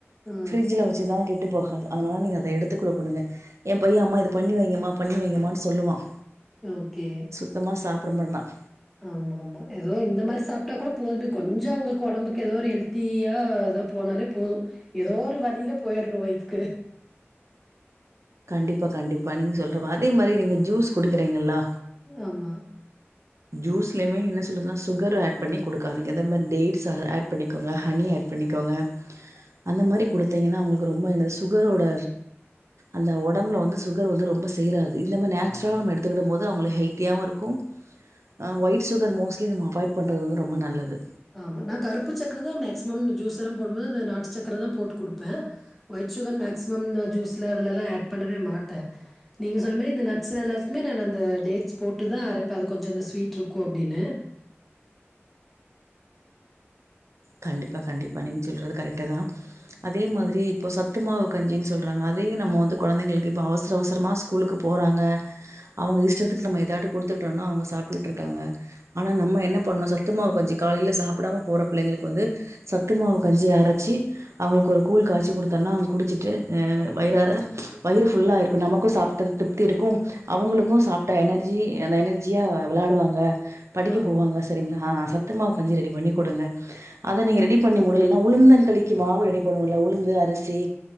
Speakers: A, in the centre; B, on the right.
A: ஆ.
B: ஃபிரிட்ஜுல வச்சுதான் கெட் டு போகாது அதுனால நீங்க அத எடுத்துக்கூட குடுங்க என் பையன் அம்மா இத பண்ணி வைங்கமா பண்ணி வைங்கமான் சொல்லுவான்
A: ஓகே
B: சுத்தம சாப்ட மாட்டான்
A: ஆமா ஆமா எதோ இந்த மாரி சாப்ட்டா கூட போதுமே கொஞ்சோ அவுங்ளுக்கு ஒடம்புக்கு எதோ ஒரு ஹெல்த்தீயா எதோ போனாலே போது எதோ ஒரு வழியில போய்ர்ணு வயித்துக்கு
B: கண்டிப்பா கண்டிப்பா நீங்க சொல்றமா அதே மாரி நீங்க ஜூஸ் குடுக்குறீங்களா
A: ஆமா
B: ஜூஸ்லமே என்ன சொல்றதுனா சுகர் ஆட் பண்ணி குடுக்காதீங்க அத மாரி டேட்ஸ ஆட் பண்ணிக்கோங்க ஹனி ஆட் பண்ணிக்கோங்க அந்த மாரி குடுத்தீங்கனா அவ்ங்ளுக்கு ரொம்ப இந்த சுகரோட அந்த ஒடம்புல வந்து சுகர் வந்து ரொம்ப சேராது இந்த மாரி நேச்சுரலா நம்ம எடுத்துக்கிடும்போது அவுங்கள ஹெல்த்தியாவு இருக்கு ஆ ஒயிட் சுகர் மோஸ்ட்லி நம்ம அவாய்ட் பண்றது வந்து ரொம்ப நல்லது
A: ஆமா நா கருப்பு சக்கர தா மேக்சிமம் ஜூஸெலா போடும்போது அந்த நாட்டு சக்கர தா போட்டு குடுப்ப ஒயிட் சுகர் மேக்ஸிமம் நா ஜூஸ்ல அதுலலா ஆட் பண்ணவே மாட்ட நீங்க சொன்ன மாரி இந்த நடஸ்ல எல்லாத்துக்குமே நா அந்த டேட்ஸ் போட்டு தா அரைப்ப அது கொஞ்சோ அந்த ஸ்வீட்ருக்கு அப்டினு
B: கண்டிப்பா கண்டிப்பா நீங்க சொல்றது கரெட்டாதா அதே மாதிரி இப்போ சத்துமாவு கஞ்சின் சொல்றாங்க அதையு நம்ம வந்து கொழந்தைங்களுக்கு இப்ப அவசர அவசரமா ஸ் கூலுக்கு போறாங்க அவுங்க இஷ்டத்துக்கு நம்ம எதாடு குடுத்துக்கிட்டோனா அவுங்க சாப்புடுட்ருக்காங்க ஆனா நம்ம என்ன பண்ணூ சத்துமாவு கஞ்சி காலேல சாப்புடாம போற பிள்ளைங்களுக்கு வந்து சத்து மாவு கஞ்சிய அரச்சி அவுங்குளுக்கு ஒரு கூழ் காச்சி குடுத்தன்னா அவ்ங் குடிச்சிட்டு் அ வயிறார வயிறு ஃபுல்லா ஆயிருக்கு நமக்கு சாப்ட்டது திருப் த்தி இருக்கு அவுங்களுக்கு சாப்ட்ட எனர்ஜி அந்த எனர்ஜியா விளாடுவாங்க படிக்க
A: ஆமா,
B: போவாங்க சரிங்ளா சத்து மாவு ‌கஞ்சி ரெடி பண்ணி குடுங்க அத நீங்க ரெடி பண்ணி முடுலுன்னா உளுந்தன் களிக்கு மாவு ரெடி பண்ணுவோல உளுந்து அரிசி